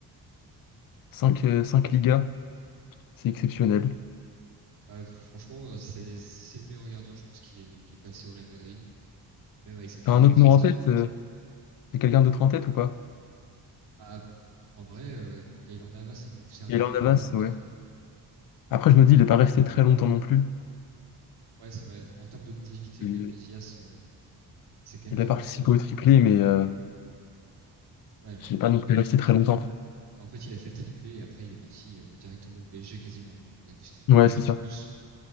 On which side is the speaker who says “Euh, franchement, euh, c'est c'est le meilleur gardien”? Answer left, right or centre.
Right